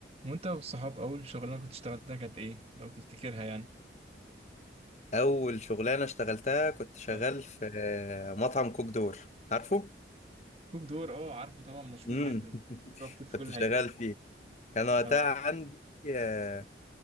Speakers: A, on the right; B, on the left.
A: وانت والصحاب اول شغلانه كنت اشتغلتها كانت ايه لو تفتكرها يعني
B: اول شغلانه اشتغلتها كنت شغال
A: اه
B: في آه، مطعم كوك دور عارفه
A: كوك دور اه عارفه طبعا مشهور
B: امم
A: جدا بيتواجد
B: <laughs>
A: في
B: كنت
A: كل
B: شغال
A: حته
B: فيه كان وقتها
A: اه
B: عندي آه،